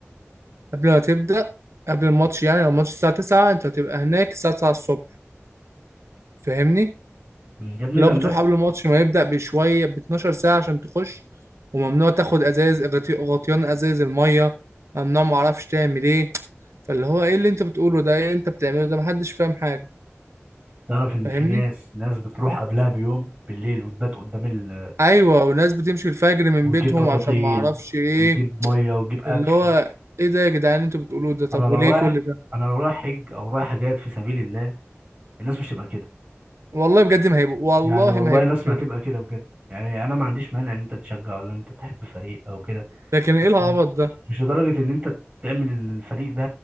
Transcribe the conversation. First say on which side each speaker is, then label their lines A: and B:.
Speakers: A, on the right; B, on the right.
A: قبل ما تبدا قبل الماتش يعني لو الماتش الساعه 9 انت هتبقى هناك الساعه 9 الصبح فاهمني
B: مم. يا ابني
A: لو
B: ده الناس
A: بتروح قبل الماتش ما يبدأ بشوية ب 12 ساعة عشان تخش وممنوع تاخد ازايز غطي- غطيان ازايز المية ممنوع معرفش تعمل ايه فاللي هو ايه اللي انت بتقوله ده ايه اللي انت بتعمله ده محدش فاهم حاجة
B: تعرف ان
A: فاهمني
B: في ناس ناس بتروح قبلها بيوم بالليل وتبات قدام ال...
A: ايوه وناس بتمشي الفجر من
B: وتجيب
A: بيتهم
B: بطاطين
A: عشان معرفش ايه
B: وتجيب ميه وتجيب اكل
A: اللي هو ايه ده يا جدعان اللي انتوا بتقولوه ده طب
B: انا لو
A: وليه
B: رايح
A: كل ده
B: انا لو رايح حج او رايح حاجات في سبيل الله الناس مش هتبقى كده
A: والله بجد ما هيبقوا والله
B: يعني والله
A: ما هيبقوا
B: الناس
A: كده
B: ما هتبقى كده بجد يعني انا ما عنديش مانع ان انت تشجع ولا ان انت تحب فريق او كده
A: لكن ايه
B: بس
A: العبط
B: م-
A: ده
B: مش لدرجة إن أنت تعمل الفريق ده